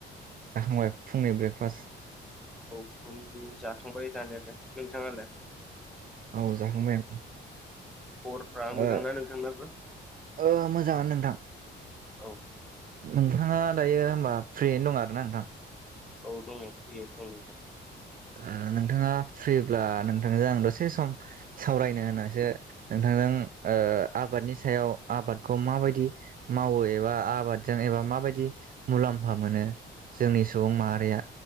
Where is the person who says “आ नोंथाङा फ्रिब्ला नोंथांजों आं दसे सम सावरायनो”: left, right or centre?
Right